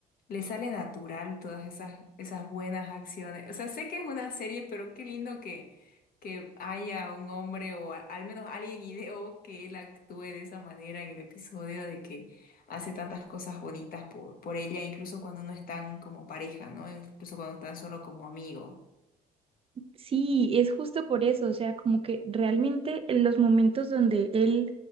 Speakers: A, on the left; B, on the right.
A: le sale natural todas esas, esas buenas acciones. O sea, sé que es una serie, pero qué lindo que, que haya un hombre o a- al menos alguien ideó que él actúe de esa manera en el episodio de que hace tantas cosas bonitas por, por ella, incluso cuando no están como pareja, ¿no? Incluso cuando están solo como amigos.
B: Sí, es justo por eso, o sea, como que realmente en los momentos donde él